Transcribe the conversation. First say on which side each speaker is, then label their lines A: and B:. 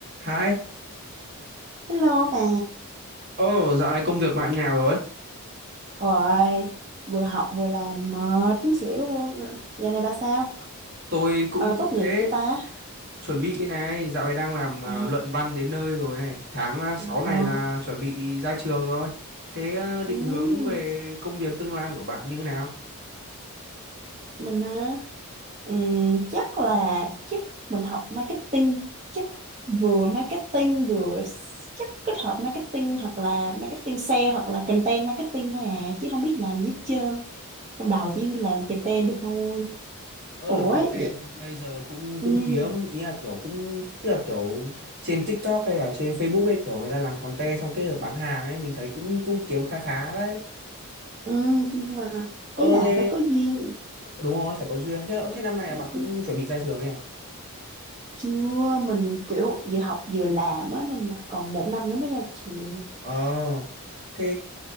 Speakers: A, on the right; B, on the right.
A: Hai,
B: Hello bà,
A: ồ dạo này công việc bạn như nào rồi?
B: rồi vừa học vừa làm mệt muốn xỉu luôn. Giờ này bà sao?
A: Tôi cũng
B: Ờ,
A: cũng
B: tốt nghiệp
A: thế,
B: chưa ta?
A: chuẩn bị này, dạo này đang làm à,
B: À,
A: luận văn đến nơi rồi này, tháng sáu
B: ờ,
A: này là chuẩn bị ra trường rồi. Thế à, định
B: ừm,
A: hướng về công việc tương lai của bạn như thế nào?
B: mình hả? Ừm, chắc là chắc mình học marketing, chắc vừa marketing vừa s- chắc kết hợp marketing hoặc là marketing sale hoặc là content marketing thôi à, chứ không biết làm gì hết trơn. Trong đầu
A: Ồ,
B: chỉ làm content được thôi.
A: Ờ
B: Ủa
A: làm content
B: vậy?
A: bây giờ cũng
B: Ừ,
A: cũng kiếm ý là kiểu cũng tức là kiểu trên TikTok hay là trên Facebook ấy kiểu người ta làm content xong kết hợp bán hàng ấy mình thấy cũng cũng kiếm khá khá đấy.
B: ừ, nhưng mà
A: Ờ
B: ý là
A: thế
B: phải có duyên
A: đúng rồi, phải có duyên. Thế thế năm nay là bạn cũng
B: cũng
A: chuẩn bị ra trường này à?
B: chưa mình kiểu vừa học vừa làm á nên là còn một năm nữa mới ra trường
A: Ờ. Thế